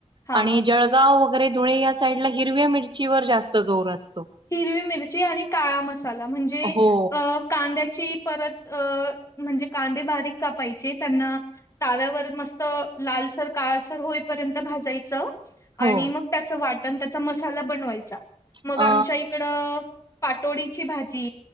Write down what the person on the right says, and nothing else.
आणि जळगाव वगैरे धुळे या साईडला हिरव्या मिरचीवर जास्त जोर असतो.
हो,
हो.
अ,